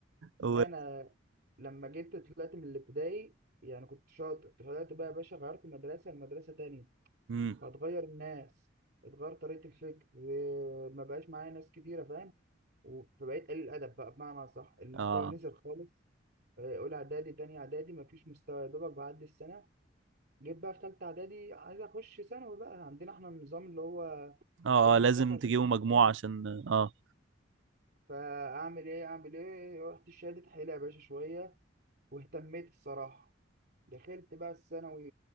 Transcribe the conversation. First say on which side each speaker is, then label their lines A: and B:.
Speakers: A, on the right (about 70°); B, on the right (about 55°).
A: و...
B: ده انا لما جيت طلعت من الابتدائي يعني كنت شاطر طلعت بقى يا باشا غيرت مدرسه لمدرسه تانية
A: مم.
B: هتغير الناس اتغير طريقه الفكر و- ما بقاش معايا ناس كتيره فاهم؟ و- فبقيت قليل الادب بقى بمعنى صح المستوى
A: اه
B: نزل خالص آه، اولى اعدادي تاني اعدادي مفيش مستوى يا دوبك بعدي السنه جيت بقى في ثالثه اعدادي عايز اخش ثانوي بقى عندنا احنا النظام اللي هو
A: اه
B: لازم
A: آه، لازم
B: تذاكر عشان
A: تجيبوا
B: تخش
A: مجموع
B: ثانوي
A: عشان اه
B: فاعمل ايه اعمل ايه رحت شادد حيلة يا باشا شويه واهتميت الصراحه دخلت بقى الثانوي